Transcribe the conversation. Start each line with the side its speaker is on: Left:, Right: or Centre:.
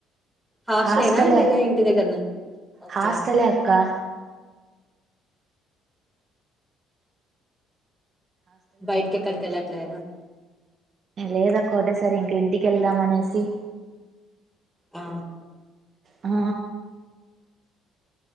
Centre: హోస్ట్లేన
Right: హాస్టలే
Centre: లేదా ఇంటి దగ్గర ఒకే
Right: హాస్టలే అక్క
Centre: బయటికి ఎక్కడికి ఏళ్ళట్లేదా
Right: లేదాక్క ఓకటేసారి ఇంక ఇంటికి కెల్దం అనేసి
Centre: ఆ
Right: ఆ